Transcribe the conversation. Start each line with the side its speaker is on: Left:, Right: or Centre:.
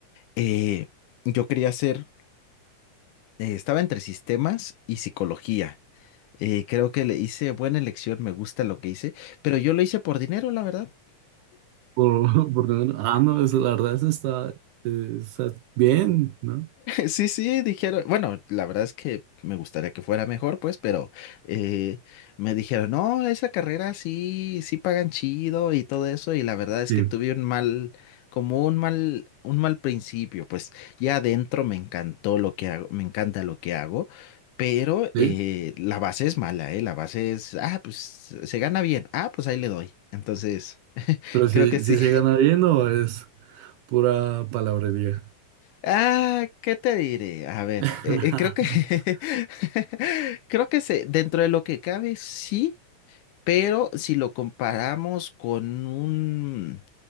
Left: eh, yo quería ser, eh, estaba entre sistemas y psicología. Eh, creo que le hice buena elección, me gusta lo que hice, pero yo lo hice por dinero, la verdad.
Right: Por, <laughs> por lo menos, ah, no, eso, la verdad, eso está, eh, está bien, ¿no?
Left: Sí, sí, dijeron, bueno, la verdad es que me gustaría que fuera mejor, pues, pero eh, me dijeron, no, esa carrera sí, sí pagan chido y todo eso, y la verdad es
Right: Sí,
Left: que tuve un mal, como un mal, un mal principio, pues, ya adentro me encantó lo que hago, me encanta lo que hago, pero
Right: sí,
Left: eh, la base es mala, ¿eh? La base es, ah, pues, se gana bien, ah, pues ahí le doy. Entonces, <laughs>
Right: pero si,
Left: creo que sí.
Right: si se gana bien o es pura palabrería.
Left: Ah, ¿qué te diré? A ver,
Right: <laughs>
Left: eh, eh, creo que <laughs> creo que se, dentro de lo que cabe, sí, pero si lo comparamos con un